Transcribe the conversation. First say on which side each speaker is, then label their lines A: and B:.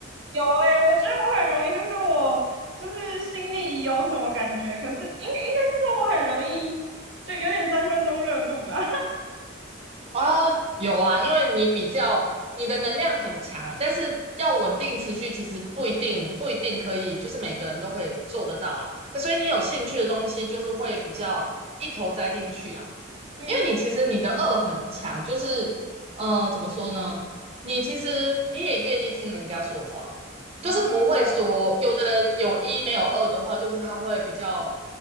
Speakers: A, on the right; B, on the right.
A: 有哎、欸我觉得我很容易，就是我就是心里有什么感觉，可是应应该是说我很容易就有点三分钟热度啦。
B: 啊，哦有啊，因为你比较你的能量很强啊，但是要稳定持续，其实不一定不一定可以，就是每个人都可以做得到啊。所以你有兴趣的东西，就是会比较一头栽进去啊。
A: 嗯，
B: 因为你其实你的恶很强，就是，嗯、呃怎么说呢？你其实你也愿意听人家说话，
A: <laughs>
B: 就是不会说有的人有一没有二的话，
A: 啊，
B: 就是他会比较